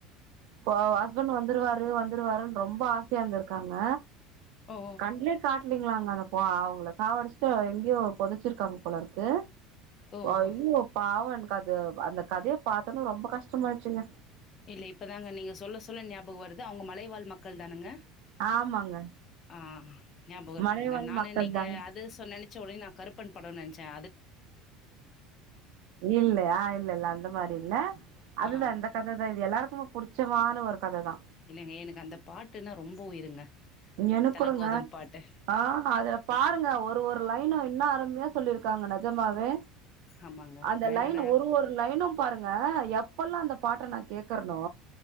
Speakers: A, on the right (about 70°); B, on the left (about 35°).
A: இப்ப ஹஸ்பண்ட் வந்துருவாரு வந்துருவாருன்னு ரொம்ப ஆசையா இர்ந்திருக்காங்க
B: ஓ
A: கண்லே காட் அப்டிங்ளாங்க நா போ அவங்கள சாவடிச்சுட்டு எங்கயோ பொதைச்சிருக்காங்க போலருக்கு
B: ஓஹோ
A: ஐயோ.. பாவோ அது அந்த கதைய பார்த்தொன்னே ரொம்ப கஷ்டமாய்ட்ச்சுங்க
B: இல்ல இப்பதாங்க நீங்க சொல்ல சொல்ல ஞாபக வருது அவங்க மலைவாழ் மக்கள் தானங்க
A: ஆமாங்க
B: ஆஹ் ஞாபக இருக்குங்க
A: மலைவாழ்
B: நானு
A: மக்கள்
B: நீங்க
A: தான
B: அது சொ நெனைச்ச ஒடனே நா கருப்பன் படம் நெனச் ச்ச
A: இல்லயா இல்ல இல்ல அந்த மாரி இல்ல அதுதா
B: ஆ
A: இந்த கத தா <unintelligible> எல்லாருக்குமே புடிச்சமான ஒரு கதைதா
B: இல்லைங்க எனக்கு அந்த பாட்டுன்னா ரொம்ப உயிருங்க
A: எனக்
B: தல
A: கூடங்க
B: கோதும் பாட்டு
A: ஆஹ் அதுல பாருங்க ஒரு ஒரு லைனு என்னா அருமையா சொல்லிருக்காங்க நெஜமாவே
B: ஆமாங்க
A: அந்த
B: நா
A: லைன்
B: என்னோட
A: ஒரு ஒரு லைனும் பாருங் ங்க எப்பொல்லா அந்த பாட்ட நான் கேக்குறனோ